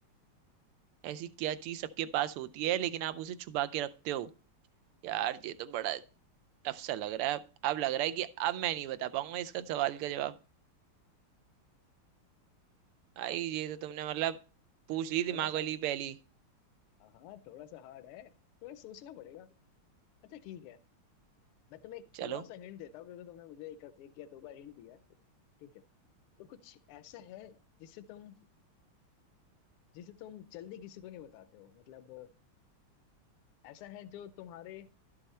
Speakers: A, on the right; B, on the left.
A: ऐसी क्या चीज सबके पास होती है लेकिन आप उसे छुपा के रखते हो यार ये तो बड़ा टफ सा लग रहा है अब लग रहा है कि अब मैं नहीं बता पाऊंगा इसका सवाल का जवाब भाई ये तो तुमने मतलब पूछ ली
B: थोड़ा
A: दिमाग वाली
B: सा
A: पहली
B: हाँ थोड़ा सा हार्ड है तो सोचना पड़ेगा अच्छा ठीक है मैं तुम्हें एक
A: चलो
B: थोड़ा सा हिंट देता हूँ क्योंकि तुमने मुझे एक, एक या दो बार हिंट दिया है ठीक है तो कुछ ऐसा है जिसे तुम जिसे तुम जल्दी किसी को नहीं बताते हो मतलब ऐसा है जो तुम्हारे